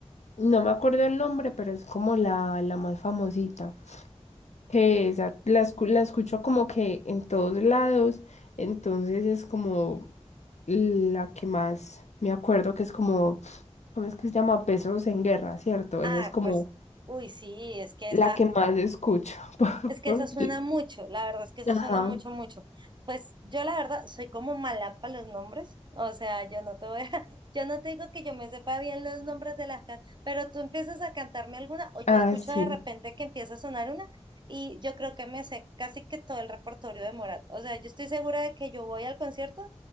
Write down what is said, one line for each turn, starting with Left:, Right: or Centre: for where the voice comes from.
Left: no me acuerdo el nombre, pero es como la, la más famosita, que esa la, escu- la escucho como que en todos lados, entonces es como la que más me acuerdo que es como ¿Cómo es que se llama? Pesos en guerra, ¿cierto?
Right: Ah,
Left: Esa es como
Right: pues, uy, sí, es que
Left: la
Right: esa,
Left: que más escucho. <laughs>
Right: Es que
Left: porque-
Right: esa suena mucho, la verdad es que esa
Left: Ajá.
Right: suena mucho, mucho. Pues yo la verdad soy como mala para los nombres, o sea, yo no te voy a, <laughs> yo no te digo que yo me sepa bien los nombres de las canciones, pero tú empiezas a cantarme alguna o yo
Left: Ah,
Right: escucho
Left: sí.
Right: de repente que empieza a sonar una y yo creo que me sé casi que todo el repertorio de Morat. O sea, yo estoy segura de que yo voy al concierto